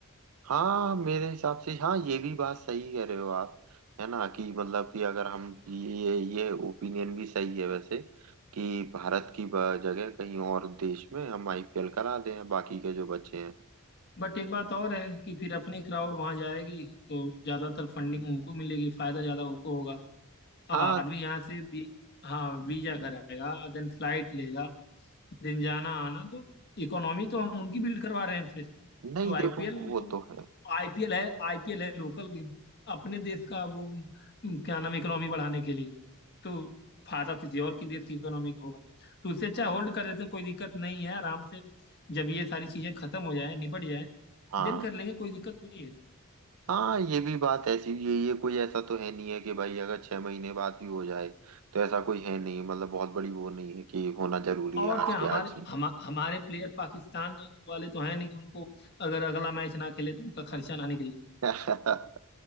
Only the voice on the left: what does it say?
बट एक बात और है कि फिर अपनी क्राउड वहां जाएगी तो ज्यादातर फंडिंग उनको मिलेगी फायदा ज्यादा उनको होगा अब
आदमी यहाँ से भी हाँ वीजा कराएगा देन फ्लाइट लेगा दिन जाना आना तो इकोनॉमी तो हम उनकी बिल्ड करवा रहे हैं फिर
तो आईपीएल
तो
आईपीएल है आईपीएल है लोकल गेम अपने देश का वो उम, क्या नाम इकोनॉमी बढ़ाने के लिए तो फायदा किसी और की देश की इकोनॉमी को होगा तो उससे अच्छा होल्ड कर देते हैं कोई दिक्कत नहीं है आराम से जब ये सारी चीजें खत्म हो जाए निपट जाए
देन कर लेंगे कोई दिक्कत थोड़ी है
और
क्या
हमारे
हम, हमारे प्लेयर पाकिस्तान वाले तो हैं नहीं कि उनको अगर अगला मैच ना खेले तो उनका खर्चा ना निकले